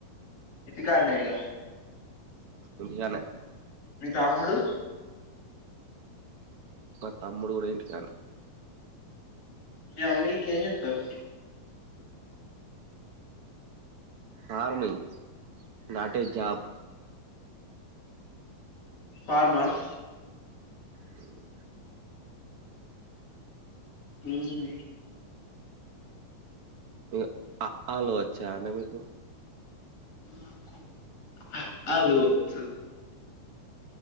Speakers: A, on the left; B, on the right.
A: గాన్నే ఇగ
B: ఇంటికాన్నే
A: తామూడు
B: మా తమ్ముడు కూడా ఇంటికాన్నే
A: మీ అన్న గిట్ల ఏం చేత్తరు
B: ఫార్మింగ్ నాటే జాబ్
A: ఫార్మర్
B: మ్
A: మ్ హు
B: తో అ ఆ లు వచ్చా అండి మీకు
A: మాకు ఆఅలు వచ్చు